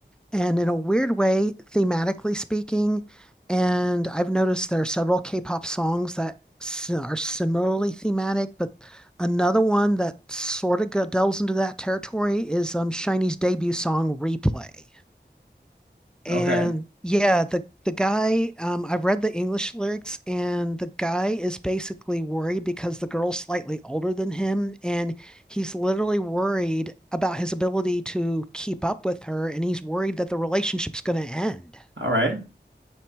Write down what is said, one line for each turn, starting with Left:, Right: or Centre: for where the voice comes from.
Centre: and in a weird way, thematically speaking. And I've noticed there are several K-pop songs that s- are similarly thematic, but another one that sort of go- delves into that territory is um, Shiny's debut song, Replay. And
Right: Okay.
Centre: yeah, the the guy, um, I've read the English lyrics, and the guy is basically worried because the girl's slightly older than him, and he's literally worried about his ability to keep up with her, and he's worried that the relationship's going to end.
Right: All right.